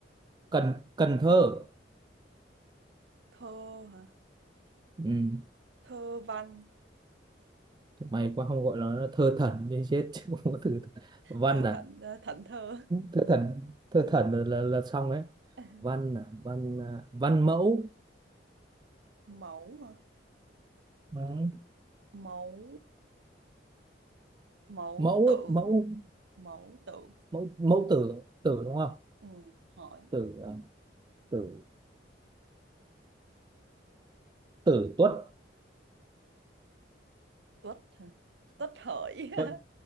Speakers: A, on the right (about 25°); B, on the right (about 70°).
A: cần Cần Thơ
B: thơ hả
A: ừ.
B: thơ văn
A: mày quá không gọi nó là thơ thần đi chết chứ không có từ văn
B: thơ thận
A: à
B: ờ, thận thơ
A: thơ thần thơ thần là là, là xong đấy
B: <laughs>
A: văn à văn à, văn mẫu
B: mẫu hả
A: Đấy.
B: mẫu mẫu
A: mẫu
B: tự
A: ấy, mẫu
B: mẫu tự
A: mẫu mẫu tử tử đúng không
B: ừ. hỏi
A: tử à, tử tử tuất
B: tuất hả tuất hợi <laughs>
A: Tuất-